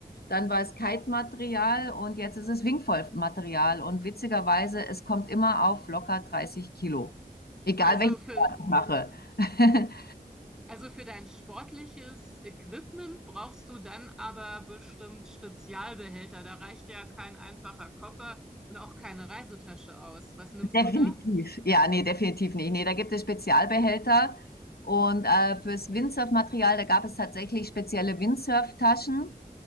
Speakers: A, on the left (about 80°); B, in the centre.
A: dann war es Kite-Material und jetzt ist es Wingfoil-Material. Und witzigerweise, es kommt immer auf locker 30 Kilo. Egal
B: Also
A: welchen
B: für,
A: Sport ich mache. <laughs>
B: also für dein sportliches Equipment brauchst du dann aber bestimmt Spezialbehälter. Da reicht ja kein einfacher Koffer und auch keine Reisetasche aus. Was nimmst
A: definitiv.
B: du da?
A: Ja, nee, definitiv nicht. Nee, da gibt es Spezialbehälter. Und äh, fürs Windsurf-Material, da gab es tatsächlich spezielle Windsurf-Taschen.